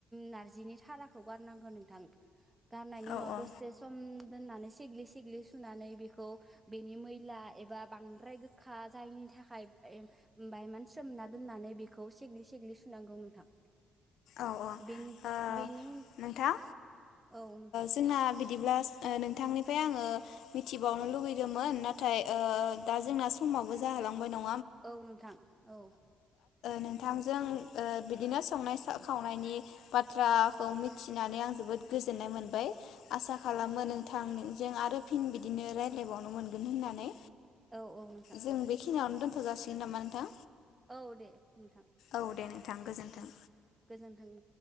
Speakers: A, on the right; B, on the left.
A: नारजिनि थाराखौ गारनांगौ नोंथां। गारनायनि उनाव
B: औ औ
A: दसे सम दोननानै सेग्लि सिग्लि सुनानै बेखौ बेनि मैला एबा बांद्राय गोखा जायिनि थाखाय ए बांआइ मान सोमना दोननानै बिखौ सिंग्लि सिंग्लि सुनांगौ नोंथां।
B: औ औ ओ
A: बेनि बेनि
B: नोंथां
A: औ नोंथां
B: जोंना बि बिदिब्ला नोंथांनिफ्राय आङो मिथिबावनो लुबैदोंमोन। नाथाय ओ दा जोंना समावबो जाहोलांबाय दं।
A: औ नोंथां औ
B: नोंथांजों बिदिनो संनाय खावनायनि बाथ्राखौ मि थिनानै आं जोबोद गोजोननाय मोनबाय। आसा खालामो नोंथां जों आरो फिन बिदिनो रायज्लायबावनो मोनगोन होननानै
A: औ औ नोंथां
B: जों बेखिनियावनो दोन थ' जासिगोन नामा नोंथां?
A: औ दे। नोंथां
B: औ दे नोंथां गोजोन्थों
A: औ गोजोनथों।